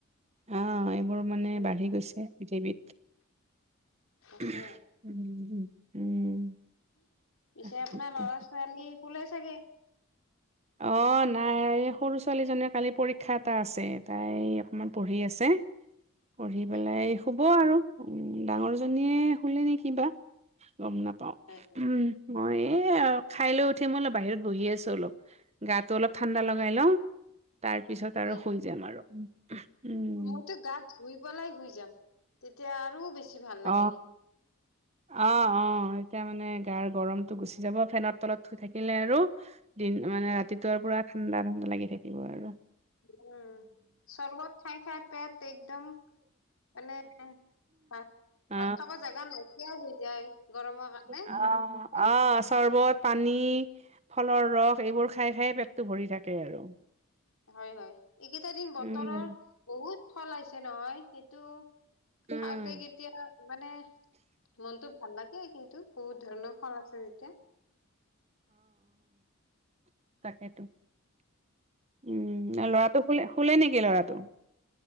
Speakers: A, on the right; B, on the left.
A: আহ, এইবোৰ মানে
B: উম,
A: বাঢ়ি গৈছে পৃথিৱীত।
B: তাকে
A: উম- উম- উম।
B: পিছে,
A: তাকেইতো
B: আপোনাৰ লৰা ছোৱালী শুলে চাগে?
A: অ নাই, এই সৰু ছোৱালীজনীয়ে কালি পৰীক্ষা এটা আছে। তাই অকমান পঢ়ি আছে। <inaudible> পঢ়ি
B: হয়
A: পেলাই শুব আৰু। উম, ডাঙৰ জনীয়ে শোলে নে কিবা গম নাপাওঁ।
B: হয় হয়
A: উম, মই এই খাই লৈ উঠি, অলপ বাহিৰত বহি আছো অলপ। গাটো অলপ ঠাণ্ডা লগাই লওঁ। তাৰ পিছত আৰু
B: হয়
A: শুই
B: হয়
A: যাম আৰু উম।
B: মইতো গাত <inaudible> পেলাই শুই যাম তেতিয়া আৰু বেছি ভাল
A: অ
B: লাগে।
A: অ- অ, এতিয়া মানে গাৰ গৰমটো গুচি যাব ফেনত তলত শুই থাকিলে আৰু। দিন মানে ৰাতিটো পুৰা ঠাণ্ডা- ঠাণ্ডা লাগি থাকিব আৰু।
B: উম, চৰবত খাই -খাই পেট একদম মানে। ভাত-
A: অ
B: ভাত খাব জাগা নাইকিয়াই হৈ যায় গৰমৰ কাৰণে।
A: অ অ, চৰবত, পানী। ফলৰ ৰস, এইবোৰ খাই- খাই পেটটো ভৰি থাকে আৰু।
B: হয়- হয়, এইকেইটা দিন বতৰৰ
A: উম
B: বহুত ফল আহিছে নহয় সেইটো
A: উম
B: খাওঁতে তেতিয়া মানে মনটো, ভাল লাগে কিন্তু বহুত ধৰণৰ ফল আছে যেতিয়া।
A: তাকেটো উম, আৰু ল'ৰাটো শ শুলে নেকি লৰাটো?